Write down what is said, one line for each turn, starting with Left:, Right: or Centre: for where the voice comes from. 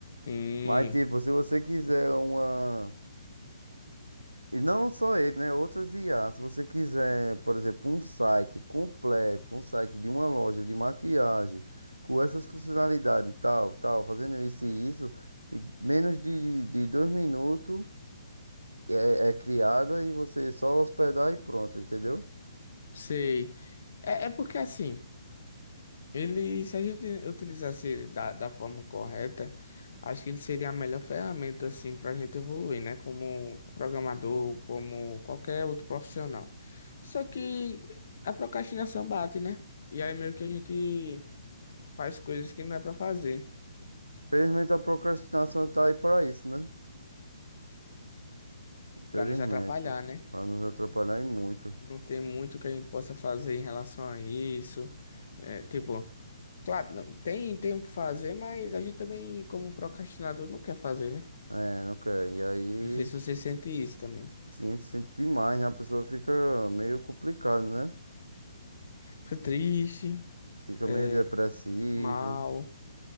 Left: Sim.
Right: Mas, tipo, se você quiser uma. E não só ele, né? Outras IA. Se você quiser, por exemplo, um site completo, um site de uma loja de maquiagem, com essas funcionalidades, tal, tal, fazendo isso e isso, em menos de, de dois minutos é, é criada e você só hospedar e pronto, entendeu?
Left: Sei. É, é porque assim, ele, se a gente utilizasse ele da, da forma correta, acho que ele seria a melhor ferramenta assim para a gente evoluir, né? Como programador, como qualquer outro profissional. Só que a procrastinação bate, né? E aí meio que a gente faz coisas que não é para fazer,
Right: Infelizmente a procrastinação tá aí pra isso, né? Infelizmente.
Left: para nos atrapalhar, né?
Right: Pra nos atrapalhar e muito.
Left: E não tem muito que a gente possa fazer em relação a isso. É, tipo. Claro, não, tem, tem o que fazer, mas a gente também, como procrastinador, não quer fazer, né?
Right: É, não quer. E aí,
Left: Não sei se você sente isso também.
Right: sinto, sinto demais, né? A pessoa fica meio complicada, né?
Left: Fica triste,
Right: Fica
Left: é,
Right: meio depressivo.
Left: mal,